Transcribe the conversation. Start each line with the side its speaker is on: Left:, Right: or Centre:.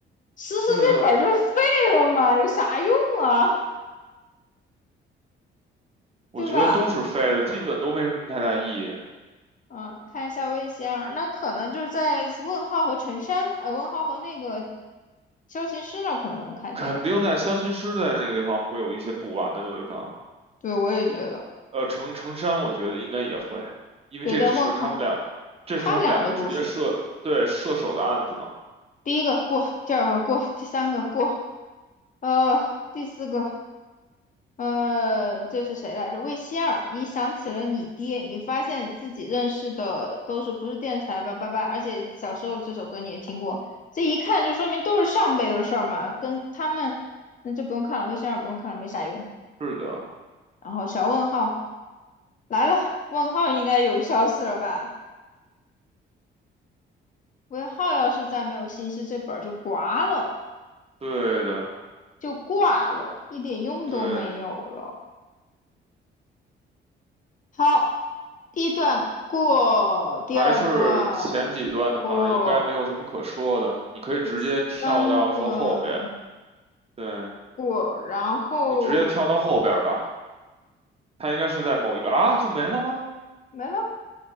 Left: 诗诗这本儿就废了嘛，
Right: 对的，
Left: 有啥用啊？
Right: 我觉得都是废的，
Left: 对吧？
Right: 基本都没什么太大意义。
Left: 嗯，看一下魏仙儿，那可能就是在问号和陈山，呃，问号和那个萧琴师那儿可能能看见。
Right: 肯定在消琴师在那个地方会有一些补完的地方，
Left: 对，我也觉得，
Right: 呃，程程山我觉得应该也会，因为这是他们俩，
Left: 也在问候
Right: 这是他们两个直接射，
Left: 他们俩的故事。
Right: 对，射手的案子吧？
Left: 第一个过，第二个过，第三个过，呃，第四个，呃，这是谁来着？魏仙儿，你想起了你爹，你发现自己认识的都是不是电视台吧，八八，而且小时候这首歌你也听过，这一看就说明都是上辈的事儿嘛，跟他们那就不用看了，魏仙儿不用看了，没啥用。
Right: 是的，
Left: 然后小问号来了，问号应该有消息了吧？问号要是再没有信息，这本儿就挂了。
Right: 对的，
Left: 就挂了，一点用都没有了。
Right: 对，
Left: 好，第一段过，第二段过，
Right: 还是前几段的话，应该没有什么可说的，你可以直接跳到说后边，
Left: 第三段
Right: 对，
Left: 过，然后
Right: 你直接跳到后边吧，他应该是在某一个啊，就没了吗？
Left: 没了。